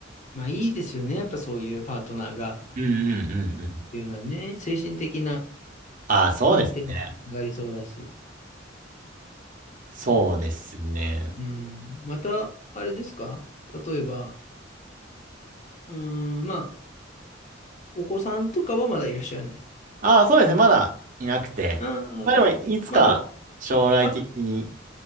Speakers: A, on the left; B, on the right.
A: まあいいですよね。やっぱそういうパートナーが
B: うんうんうんうん。
A: いるっていうのはね、精神的な
B: ああ、そうですね。
A: 安定につながりそうだし。
B: そうですね。
A: うん。また、あれですか例えば、うーん、まあ、お子さんとかはまだいらっしゃらない。
B: ああ、そうですね。まだいなくて。
A: ああ、
B: まあでも、いつか将来的に。
A: まだ、あ、